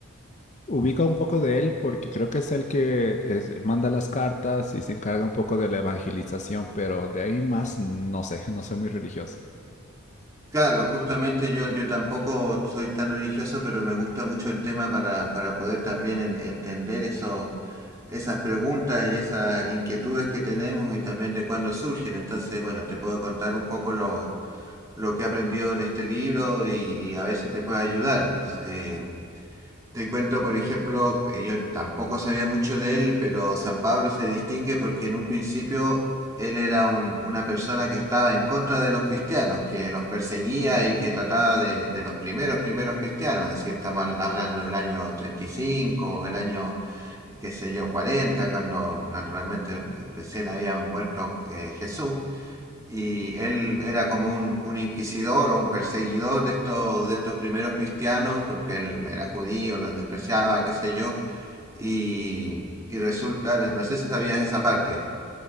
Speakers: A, on the left; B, on the right.
A: Ubica un poco de él porque creo que es el que es- manda las cartas y se encarga un poco de la evangelización, pero de ahí más no sé, <laughs> no soy muy religioso.
B: Claro, justamente yo, yo tampoco soy tan religioso, pero me gusta mucho el tema para, para poder también en- entender esos, esas preguntas y esas inquietudes que tenemos y también de cuándo surgen. Entonces, bueno, te puedo contar un poco lo, lo que he aprendido en este libro y, y a ver si te puede ayudar. ¿no? eh, te cuento, por ejemplo, eh, yo tampoco sabía mucho de él, pero San Pablo se distingue porque en un principio él era un- una persona que estaba en contra de los cristianos, que los perseguía y que trataba de, de los primeros, primeros cristianos, es decir, estamos habla- hablando del año 35, o el año, eh, qué sé yo, 40, cuando naturalmente eh, recién había muerto eh, Jesús y él era como un, un inquisidor o un perseguidor de estos, de estos primeros cristianos, porque él era judío, los despreciaba, qué sé yo, y, y resulta, no sé si sabías esa parte.